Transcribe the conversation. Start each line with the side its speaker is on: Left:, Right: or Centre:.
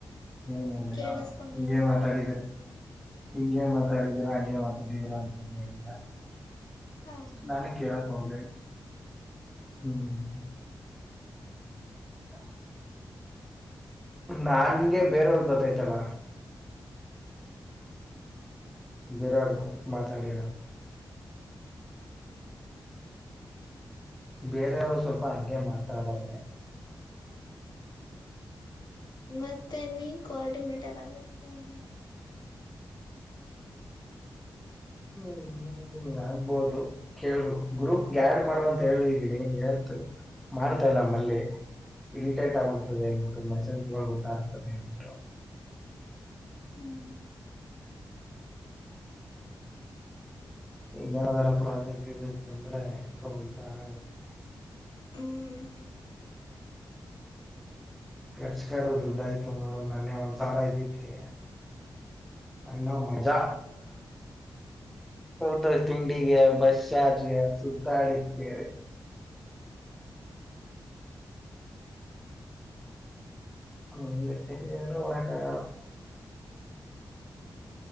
Centre: ಏನ್ ಇ
Left: ಕೇಳಿಸಕೊಂಡಿಲ್ಲ
Centre: ನಾ ಈಗೆ ಮಾತಾಡಿದ್ದಾರೆ ಹಿಂಂಗಗೆ ಮಾತಾಡಿದ್ದೀರಾ ಹಾಗೆ ಮಾತಾಡಿದ್ದೀರಾ ಅಂತಲ್ಲ
Left: ಹ
Centre: ನ ಕ ಹೋಗ ಹ್ಮ್ ಹ ನಾಗೆ ಬೇರೆಯವ್ರ ಗೊತ್ತಾಯ್ತಲ್ಲ ಬರಾಳ ಮಾತರಿ ಬೇರೆಯವರು ಸ್ವಲ್ಪ ಹಾಗಂೇ ಮಾತಾಡವನನೆ
Left: ಮತ್ತೆನ್ ಮೀನ್ ಕೋಆರ್ಡಿನೇಟರ್ ಆಗದಲ್ವಾ ಹಾ
Centre: ನು ನೀನ್ ಆಗ್ಬಹುದು ಕೇಳರು ಗ್ರೂಪ್ ಗ್ಯಾರ್ ಮಾಡುವ ಅಂತ ಹೇಳಿಗೆ ಹೇಳ್ತ ಮಾಡ್ತಾ ಇಲ್ಲಮ್ಮಲ್ಲಿ ಇರಿಟೈಟ್ ಆಗಿರ್ತದೆ ಹನ್ಬಿಟ್ಟು ಮೆಸೇಜ್ ಗೊತ್ತಾಗ್ತದೆ ಹನ್ಬಿಟ್ಟು
Left: ಹ್ಮ್
Centre: ಏನಾದರ ಪ್ರಾಜೆಕ್ಟ್ ಬಂದ್ರೆ ಇಕತ ಆಬೇಕು
Left: ಹ್ಮ್
Centre: ಖರ್ಚ್ಕದುಡಯ್ತುೋ ನ ಒಸಾರ ಇದಿಗೆ ಮಾ ಮಜಾ ಟ ತಿಂಡಿಗೆ ಬಸ್ ಚಾರ್ಜ್ಗೆ ಸುತ್ತಾಡತ್ಗೆ
Left: ಹ್ಮ್
Centre: ಹ ಅಳ